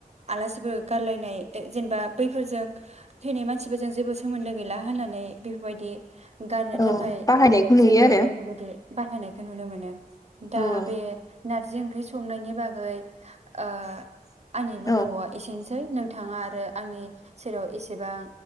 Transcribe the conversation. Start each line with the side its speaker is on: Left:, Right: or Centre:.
Right: आलासिफोर गारलायनाय जेनेबा बैफोरजों थैनाय मानसिफोरजों जेबो सोमोन्दो गैला होननानै बेफोरबायदि गारनो
Left: औ
Right: थाखाय
Left: बाहायनायखौ
Right: जोङो
Left: नुयो आरो
Right: बेफोरबायदि बाहायनायखौ नुनो मोनो। दा
Left: औ
Right: बे नारजि ओंख्रि संनायनि बागै ओ आंनि बुंनांगौआ
Left: औ
Right: एसेनोसै। सै नोंथाङा आरो आंनि सेराव एसेबां